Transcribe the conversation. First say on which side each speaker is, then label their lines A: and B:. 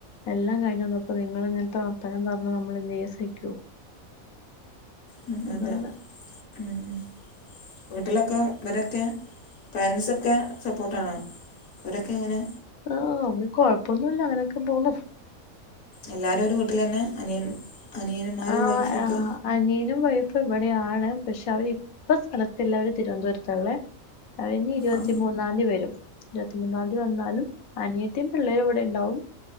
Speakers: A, on the left; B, on the left.
A: എല്ലാം കഴിഞ്ഞുവന്നപ്പോ നിങ്ങള് ഇങ്ങനത്തെ വർത്താനം പറഞ്ഞ നമ്മള് എന്തെയ്യ സഹിക്കോ
B: മഹ്
A: അതാണ്
B: അതെ മഹ് വീട്ടിലൊക്കെ ഇവരൊക്കെ പേരെൻസൊക്കെ സപ്പോർട്ടാണോ? അവരൊക്കെ എങ്ങനെ?
A: ആഹ് അവര് കൊഴപ്പൊന്നുല്ല അങ്ങനൊക്കെപോന്നു
B: എല്ലാരും ഒരു വീട്ടിലെന്നെ അനിയൻ അനിയന്മാരും
A: ആഹ്
B: വൈഫൊക്കെ?
A: ആഹ് അനിയനും വൈഫും ഇവിടെയാണ് പക്ഷെ അവരിപ്പ സ്ഥലത്തില്ല അവര് തിരുവനന്തപുരത്താള്ളെ കഴിഞ്ഞ ഇരുപത്തിമൂന്ന്
B: ആ
A: ന്നാന്തി വരും ഇരുവത്തിമൂന്നാന്തി വന്നാലും അനിയത്തിയും പിള്ളേരും ഇവിടെണ്ടാവും